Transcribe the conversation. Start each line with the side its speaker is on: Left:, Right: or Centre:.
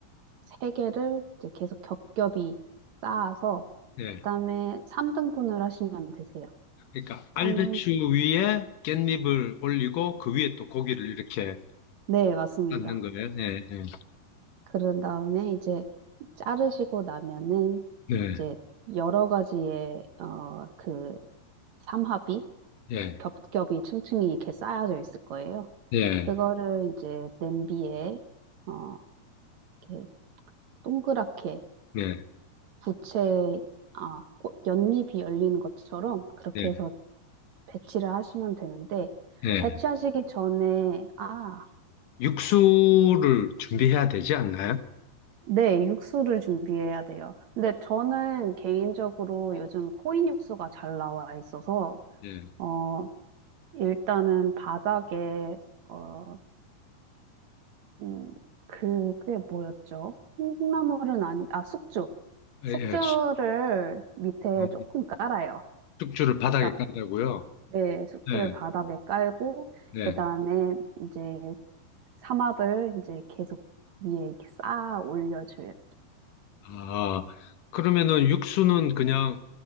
Right: 세 개를 이제 계속 겹겹이 쌓아서
Left: 네.
Right: 그다음에 3등분을 하시면 되세요.
Left: 그러니까 알배추
Right: 한분
Left: 위에 깻잎을 올리고 그 위에 또 고기를 이렇게
Right: 네, 맞습니다.
Left: 넣는 거예요. 네, 네,
Right: 그런 다음에 이제 자르시고 나면은
Left: 네,
Right: 이제 여러 가지의 어, 그 삼합이
Left: 네,
Right: 겹겹이 층층이 이렇게 쌓여져 있을 거예요.
Left: 네,
Right: 그거를 이제 냄비에 어, 이렇게 동그랗게
Left: 네,
Right: 부채 아, 꽃- 연잎이 열리는 것처럼 그렇게
Left: 네.
Right: 해서 배치를 하시면 되는데,
Left: 네.
Right: 배치하시기 전에, 아,
Left: 육수를 준비해야 되지 않나요?
Right: 네, 육수를 준비해야 돼요. 근데 저는 개인적으로 요즘 코인 육수가 잘 나와 있어서,
Left: 예,
Right: 어, 일단은 바닥에, 어, 음, 그, 그게 뭐였죠? 콩나물은 아니, 아, 숙주.
Left: 예,
Right: 숙주를
Left: 예.
Right: 밑에
Left: 어,
Right: 조금 깔아요.
Left: 숙주를 바닥에
Right: 그다음
Left: 깐다고요?
Right: 네, 숙주를
Left: 네,
Right: 바닥에 깔고,
Left: 네.
Right: 그 다음에 이제 삼합을 이제 계속 위에 이렇게 쌓아 올려줘요.
Left: 아, 그러면은 육수는 그냥